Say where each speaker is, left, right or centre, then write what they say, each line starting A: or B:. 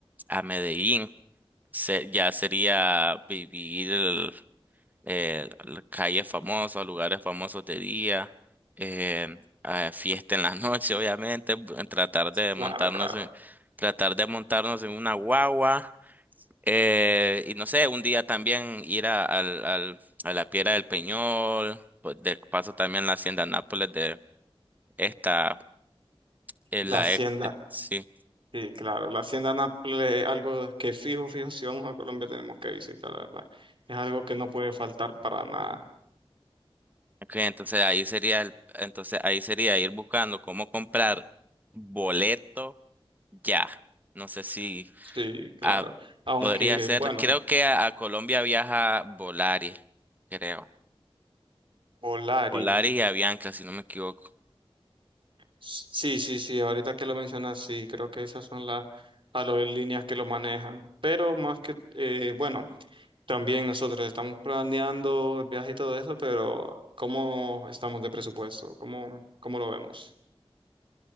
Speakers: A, on the right; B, on the right.
A: a Medellín. se- ya sería vivir el- eh, la calles famosas, lugares famosos de día, eh, eh, fiesta en la noche, obviamente, bu- tratar
B: sí,
A: de
B: claro,
A: montarnos
B: claro.
A: en, tratar de montarnos en una guagua, eh, y no sé, un día también ir a, al- al- a la Piedra del Peñol, pues, de paso también la Hacienda Nápoles de esta, eh, la
B: La hacienda,
A: ex, sí.
B: sí, claro, la hacienda Nápoles, es algo que fijo, fijo, si vamos a Colombia tenemos que visitar, la verdad. Es algo que no puede faltar para nada.
A: Ok, entonces ahí sería el- entonces ahí sería ir buscando cómo comprar boleto ya. No sé si
B: Sí, claro.
A: ah,
B: Aunque,
A: podría ser,
B: bueno,
A: creo que a, a Colombia viaja Volaris, creo.
B: Polari.
A: Volaris y Avianca, si no me equivoco.
B: Sí, sí, sí, ahorita que lo mencionas, sí, creo que esas son las aerolíneas que lo manejan. Pero más que, eh, bueno, también nosotros estamos planeando el viaje y todo eso, pero ¿cómo estamos de presupuesto? ¿Cómo, cómo lo vemos?